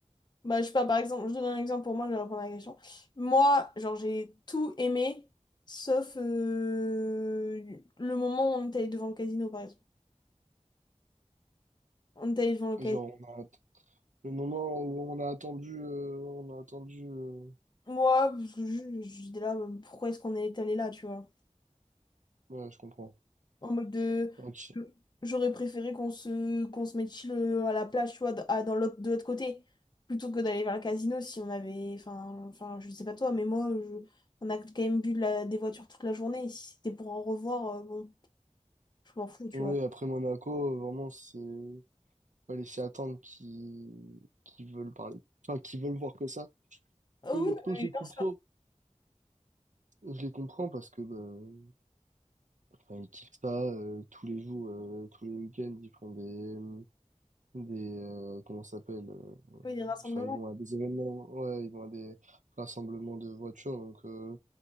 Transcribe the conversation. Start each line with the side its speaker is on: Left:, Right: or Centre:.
Left: Bah, je sais pas, par exemple, je donne un exemple pour moi, je vais répondre à la question. Moi, genre, j'ai tout aimé, sauf euh, le moment où on est allé devant le casino, par exemple. On est allé devant le casino.
Right: genre, on a, le moment où on a attendu, euh, on a attendu. euh,
Left: Moi, parce que je- j'étais là, bah, pourquoi est-ce qu'on est allé là, tu vois?
Right: Ouais, je comprends.
Left: En mode de.
Right: Ok.
Left: J'aurais préféré qu'on se, qu'on se mette chill euh, à la plage, tu vois, d- à- dans l'autre, de l'autre côté, plutôt que d'aller vers le casino si on avait. Enfin, enfin, je sais pas toi, mais moi, je- on a quand même bu de la- des voitures toute la journée. Si c'était pour en revoir, euh, bon. Je m'en fous, tu
Right: Oui,
Left: vois.
Right: après Monaco, euh, vraiment, c'est... Fallait s'y attendre qui... qui veulent parler. Enfin, qui veulent voir que ça.
Left: Oh
Right: Et honnêtement,
Left: oui, non,
Right: je
Left: mais
Right: les
Left: bien
Right: comprends.
Left: sûr.
Right: Je les comprends parce que, bah, enfin, ils kiffent ça, euh, tous les jours, euh, tous les week-ends, ils font des... des euh, comment ça s'appelle? euh,
Left: Oui, des rassemblements.
Right: Enfin, ils vont à des événements, ouais, ils vont à des rassemblements de voitures, donc... Euh,